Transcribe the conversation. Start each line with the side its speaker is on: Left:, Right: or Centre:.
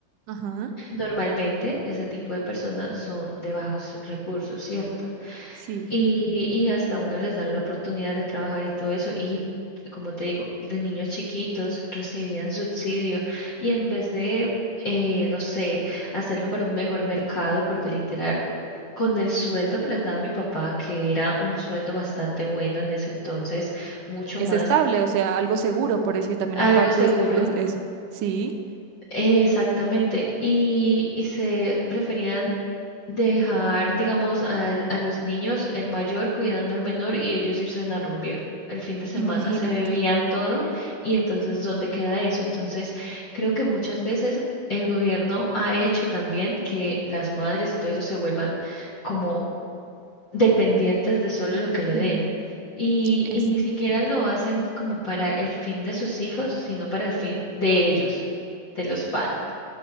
Right: ajá,
Left: Normalmente ese tipo de personas son de bajos recursos, ¿cierto?
Right: sí.
Left: Y, y hasta uno les da la oportunidad de trabajar y todo eso. Y como te digo, de niños chiquitos recibían subsidio y en vez de, eh, no sé, hacerlo para un mejor mercado, porque literal, con el sueldo que les daba mi papá, que era un sueldo bastante bueno en ese entonces, mucho
Right: Es
Left: más,
Right: estable, o sea, algo seguro, por decir también,
Left: algo
Right: aparte
Left: seguro,
Right: de de eso. Sí,
Left: eh, exactamente, y, y se preferían dejar, digamos, al- a los niños, el mayor cuidando al menor y ellos irse a rumbear el fin de semana.
Right: imagínate.
Left: Se bebían todo y entonces, ¿dónde queda eso? Entonces, creo que muchas veces el gobierno ha hecho también que las madres y todo eso se vuelvan como dependientes de solo lo que le
Right: Sí,
Left: den. Y,
Right: exacto.
Left: y ni siquiera lo hacen como para el fin de sus hijos, sino para el fin de ellos, de los padres.